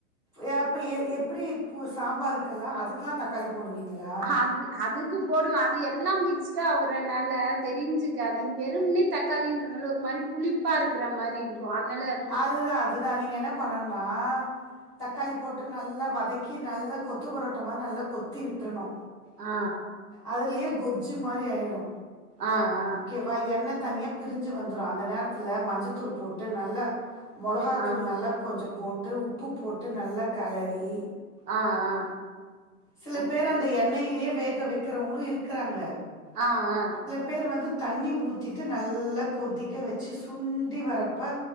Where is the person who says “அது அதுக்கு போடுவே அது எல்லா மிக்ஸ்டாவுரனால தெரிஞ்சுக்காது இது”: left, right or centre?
Right